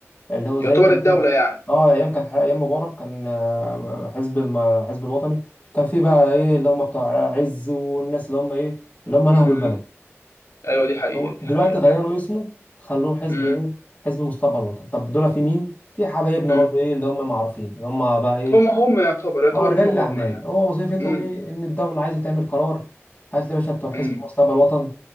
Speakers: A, on the left (about 35°); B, on the left (about 75°).
A: اللي هو
B: يعتبر
A: زي كان
B: الدولة يعني
A: اه ايام كان ايام مبارك كان آه، حزب الم... حزب الوطني كان في بقى ايه اللي هم بتوع عز والناس اللي هم ايه اللي هم نهبوا
B: امم
A: البلد
B: ايوه دي حقيقة
A: هو
B: دي
A: دلوقتي
B: حقيقة
A: غيروا
B: فعلا
A: اسمه خلوه حزب
B: امم
A: ايه حزب مستقبل الوطن طب دول في مين في حبايبنا
B: امم
A: برضو ايه اللي هم معروفين اللي هم بقى ايه
B: هم هم يعتبر يعتبر
A: اه رجال
B: هم هم
A: الاعمال
B: يعني
A: هو وظيفتهم
B: امم
A: ايه ان الدوله عايزه تعمل قرار هات لي يا باشا بتوع حزب
B: امم
A: مستقبل الوطن